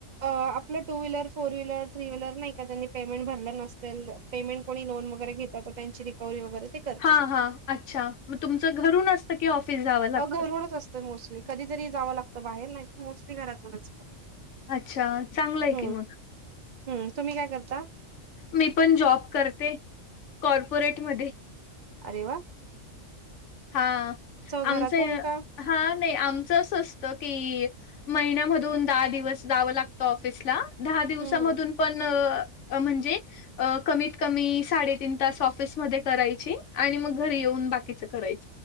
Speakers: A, on the right; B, on the left.
A: आपलं two wheeler four wheeler three wheeler नाही का त्यांनी पेमेंट भरलं नसेल पेमेंट को लोन वगैरेेतात त्यांची रिकवरी वगैरे
B: हां, हां, अच्छा. मग तुमचं घरून असतं की ऑफिस जावं लागतं?
A: अ घरूनच असत मोस्टली कधी री जावं लागत बाहेर नाही ते मोस्टली घरातूनच करते
B: अच्छा चांगलं आहे
A: हम्म,
B: की मग
A: हम्म तुम्ही काय करता
B: मी पण जॉब करते कॉर्पोरेट म
A: अे वा
B: हा
A: घरातून
B: आमच
A: का?
B: हा नाही आमचं अस असतं की महिन्यामधून दहा दिवस जावं लागतं ऑफिसला दहा दिवसामधून
A: हम्म.
B: पण म्हणजे कमीत क सातीन त फिस कराय म घरी न बाकीचं कराचं